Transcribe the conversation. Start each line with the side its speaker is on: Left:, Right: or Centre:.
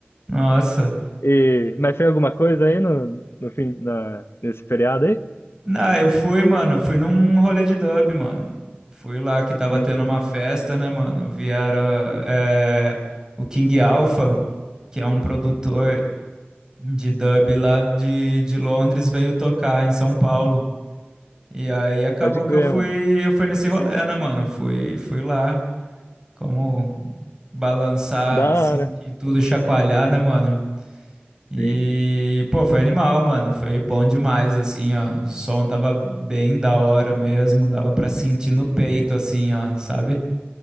Right: Nossa.
Left: E, mas foi alguma coisa aí no, no fim, na, nesse feriado aí?
Right: Não, eu fui, mano, eu fui num rolê de dub, mano. Fui lá que tava
Left: Sim,
Right: tendo uma festa, né, mano? Vieram é, o King Alpha, que é um produtor de dub lá de, de Londres, veio tocar em São Paulo. E aí acabou
Left: pode
Right: que
Left: crer,
Right: eu fui,
Left: mano.
Right: eu fui nesse rolê, né, mano? Fui, fui lá, como balançar,
Left: Da hora.
Right: sentir tudo chacoalhar, né, mano? E,
Left: Sim, sim.
Right: pô, foi animal, mano. Foi bom demais, assim, ó. O som tava bem da hora mesmo, dava pra sentir no peito, assim, ó, sabe?